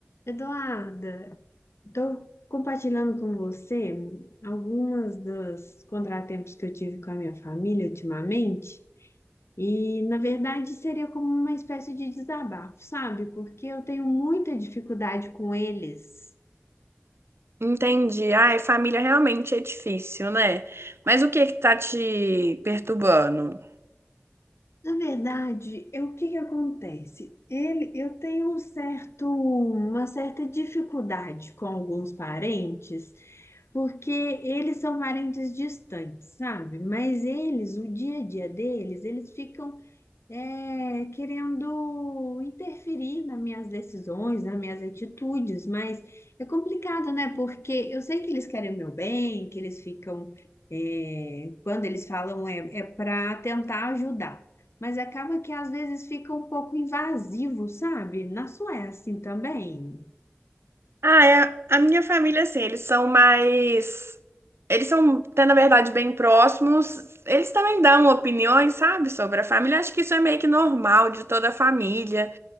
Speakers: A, on the left (about 80°); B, on the right (about 70°).
A: Eduarda, estou compartilhando com você algumas dos contratempos que eu tive com a minha família ultimamente, e na verdade seria como uma espécie de desabafo, sabe? Porque eu tenho muita dificuldade com eles.
B: Entendi. Ai, família realmente é difícil, né? Mas o que que tá te perturbando?
A: Na verdade, é o que que acontece? Ele, eu tenho um certo, uma certa dificuldade com alguns parentes, porque eles são parentes distantes, sabe? Mas eles, o dia a dia deles, eles ficam é, querendo interferir nas minhas decisões, nas minhas atitudes, mas é complicado, né? Porque eu sei que eles querem o meu bem, que eles ficam, é, quando eles falam é, para tentar ajudar, mas acaba que às vezes fica um pouco invasivo, sabe? Na sua é assim também.
B: Ah, é, a minha família, assim, eles são mais. Eles são, até na verdade, bem próximos. Eles também dão opiniões, sabe, sobre a família. Acho que isso é meio que normal de toda a família.